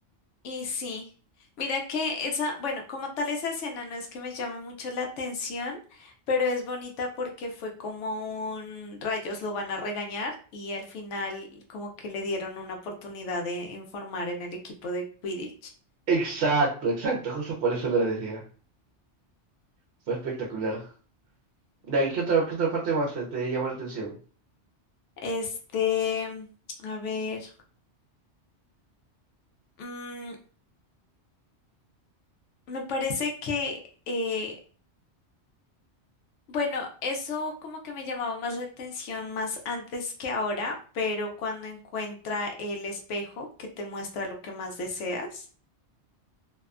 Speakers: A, on the left (about 80°); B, on the right (about 65°).
A: Y sí, mira que esa, bueno, como tal esa escena no es que me llame mucho la atención, pero es bonita porque fue como un rayos lo van a regañar y al final como que le dieron una oportunidad de informar en el equipo de Quidditch.
B: Exacto, exacto, justo por eso lo decía. Fue espectacular. ¿Y qué otra qué otra parte más te, te llamó la atención?
A: Este, a ver, mm, me parece que eh, Bueno, eso como que me llamaba más la atención más antes que ahora, pero cuando encuentra el espejo que te muestra lo que más deseas